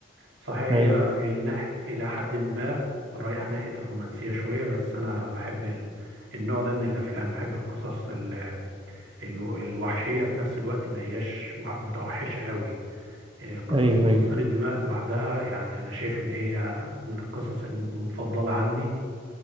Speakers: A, on the right; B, on the right.
A: صحيح
B: ايوه
A: هي النح- الى حد ما رايحه ناحيه الرومانسيه شويه بس انا بحب ال... النوع ده من الافلام بحب القصص ال... ال... الوحشيه في نفس الوقت ما هياش وح- متوحشه قوي إيه، قصص
B: ايوه
A: مصاصين
B: ايوه
A: الدماء لوحدها يعني انا شايف ان هي من القصص الم- المفضله عندي